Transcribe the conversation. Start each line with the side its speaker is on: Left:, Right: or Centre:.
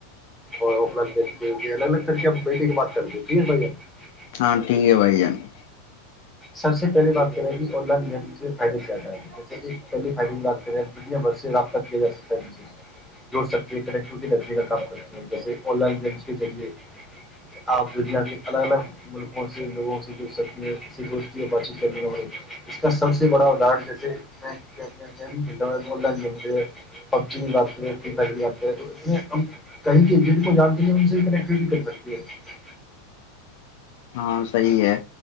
Centre: اور آف لائن گیم کے الگ الگ کر کے <unintelligible> بیٹی کی بات کر دو جیس بھائی <unintelligible>
Left: ہاں ٹھیک ہے بھائی جان <unintelligible>
Centre: سب سے پہلیے بات کرے گی اولا نیم سے <unintelligible> ادھی <unintelligible> ایک پہلیے فائرنگ لگتے رہے دتنیا برس <unintelligible> رابطہ کیا جا سکتا ہے جے <unintelligible> جڑ سکتے ہیں کنیکٹیوٹی رکھنے کا کام کرتے ہیں جیسے آن لائن گیمس کے ذریعے آپ دنیا کے الگ الگ ملکوں سے لوگوں سے جڑ سکتی ہیں <unintelligible> اتیت کرنی پڑی اس کا سب سے بڑا ادر جیسے میں کھیلتا ہ ل پبیات <unintelligible> آتا ہے تو اس میں ہم کہیں کی ج کو جانتے نہیں ہم سے کنیکٹیڈ بھی کر سکتی ہے <unintelligible>
Left: ہاں صحیح ہے